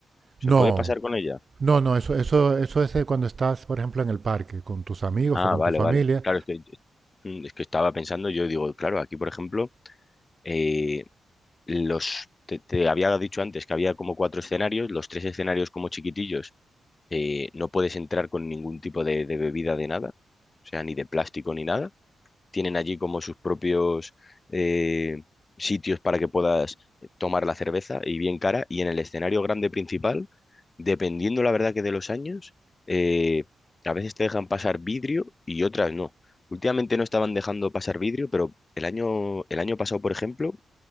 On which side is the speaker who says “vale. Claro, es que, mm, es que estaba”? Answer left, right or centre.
Left